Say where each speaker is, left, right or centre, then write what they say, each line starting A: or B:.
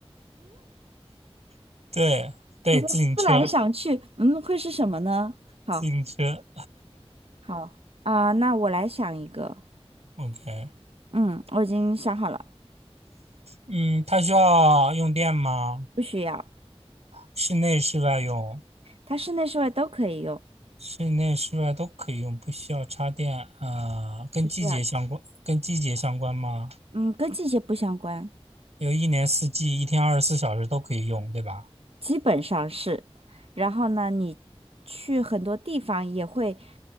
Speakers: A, on the right (about 85°); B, on the right (about 65°).
A: <laughs> 对，对，
B: 我都思来想去，
A: 自行车，
B: 嗯，会是什么呢？好，
A: 自行车
B: 好啊、那我来想一个，
A: ，OK，
B: 嗯，我已经想好了，
A: 嗯，它需要用电吗？
B: 不需要，
A: 室内、室外用，
B: 它室内室外都可以用，
A: 室内、室外都可以用，不需要插电啊，跟季节相关，
B: 不需要。
A: 跟季节相关吗？
B: 嗯，跟季节不相关，
A: 有一年四季一天二十四小时都可以用，对吧？
B: 基本上是。然后呢，你去很多地方也会